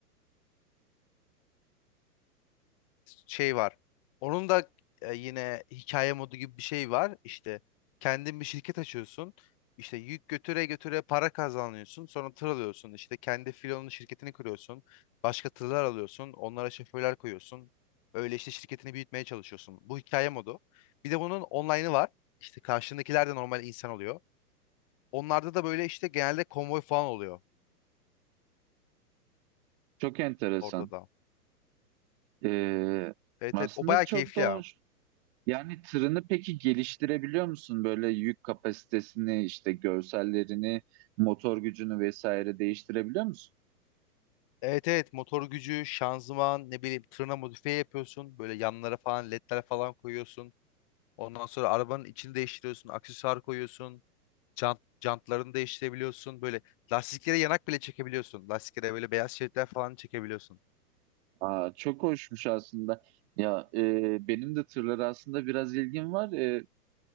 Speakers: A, on the left (about 20°); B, on the right (about 40°).
A: şey var. Onun da e, yine hikaye modu gibi bir şey var. İşte kendin bir şirket açıyorsun. İşte yük götüre götüre para kazanıyorsun. Sonra tır alıyorsun. İşte kendi filonun şirketini kuruyorsun. Başka tırlar alıyorsun. Onlara şoförler koyuyorsun. Öyle işte şirketini büyütmeye çalışıyorsun. Bu hikaye modu. Bir de bunun online'ı var. İşte karşındakiler de normal insan oluyor. Onlarda da böyle işte genelde konvoy falan oluyor
B: Çok enteresan.
A: orada da.
B: E,
A: Evet
B: aslında
A: evet o bayağı
B: çok
A: keyifli
B: da hoş.
A: ya.
B: Yani tırını peki geliştirebiliyor musun? Böyle yük kapasitesini, işte görsellerini, motor gücünü vesaire değiştirebiliyor musun?
A: Evet evet motor gücü, şanzıman ne bileyim tırna modifiye yapıyorsun. Böyle yanlara falan ledler falan koyuyorsun. Ondan sonra arabanın içini değiştiriyorsun. Aksesuar koyuyorsun. Jant, jantlarını değiştirebiliyorsun. Böyle lastiklere yanak bile çekebiliyorsun. Lastiklere böyle beyaz şeritler falan çekebiliyorsun.
B: Aa, çok hoşmuş aslında. Ya e, benim de tırlara aslında biraz ilgim var. E,